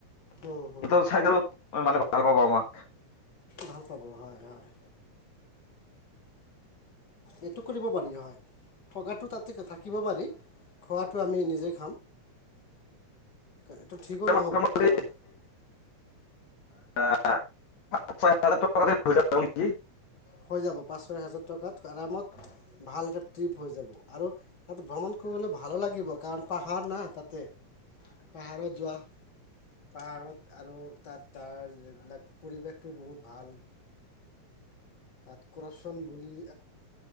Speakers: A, on the left (about 35°); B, on the left (about 70°).
A: হ'ম হ'ম।
B: সেইটো চাই মানে ভাল পাব আমাক।
A: ভাল পাব হয় হয়। এইটো কৰিব পাৰি হয়। থকাটো তাতে থাকিব পাৰি। খোৱাটো আমি নিজে খাম। এইটো ঠিকো
B: মোটামুটি
A: নহ'ব কাৰণ-
B: ছয় হাজাৰ টকা <unintelligible>
A: হৈ যাব পাঁচ ছয় হাজাৰ টকাত আৰামত ভাল এটা ট্ৰিপ হৈ যাব। আৰু এইয়াত ভ্ৰমণ খ- ভালো লাগিব কাৰণ পাহাৰ না তাতে, পাহাৰত যোৱা। পাহাৰত আৰু তাত তাৰ যবিলাক পৰিৱেশটো বহুত ভাল। তাত <unintelligible> কি বুলি